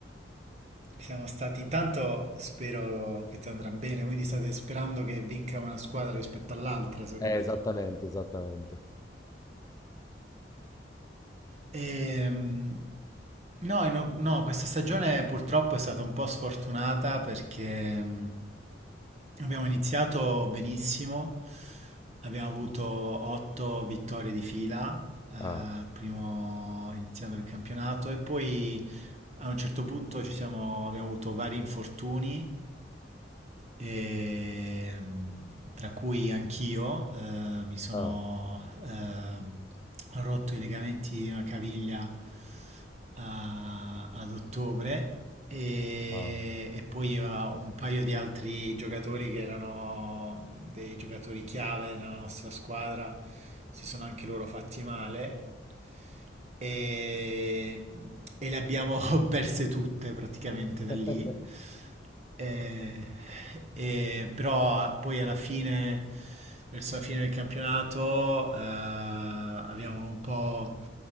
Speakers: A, on the right (about 35°); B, on the left (about 20°).
A: siamo stati, intanto spero che ti andrà bene, quindi state sperando che vinca una squadra rispetto all'altra, se ho
B: Eh,
A: capito.
B: esattamente, esattamente.
A: Ehm, no, e no, no, questa stagione purtroppo è stata un po' sfortunata perché mm, abbiamo iniziato benissimo, abbiamo avuto otto vittorie di fila, eh,
B: Ah,
A: primo- iniziando il campionato e poi... A un certo punto ci siamo- abbiamo avuto vari infortuni, e, tra cui anch'io, eh, mi sono
B: Ah,
A: eh, rotto i legamenti di una caviglia a- ad ottobre e,
B: ah,
A: e poi a un paio di altri giocatori che erano dei giocatori chiave nella nostra squadra si sono anche loro fatti male e, e le abbiamo <laughs> perse tutte praticamente
B: <laughs>
A: da lì. E- e- però poi alla fine, verso la fine del campionato, eh, abbiamo un po'